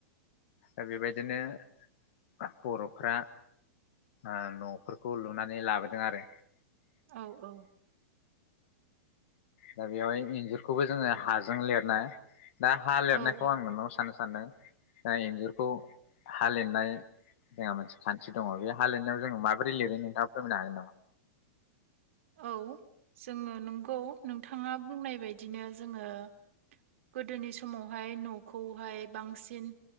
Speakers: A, on the left; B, on the right.
A: दा बेबायदिनो बर'फ्रा ओ न'फोरखौ लुनानै लाबोदों आरो।
B: औ औ।
A: दा बेवहाय इन्जुरखौबो जोङो हाजों लिरना दा हा लिरनायखौ
B: औ
A: आं नोंनाव सोंनो सानदों दा इन्जुरखौ हा लिरनाय जोंहा मोनसे खान्थि दङ बे हा लिरनायाव जोंङो माबोरै लिरो नोंथाङा फोरमायनो हागोन नामा?
B: औ जोङो नोंगौ नोंथाङा बुंनाय बायदिनो जोङो गोदोनि समावहाय न'खौहाय बांसिन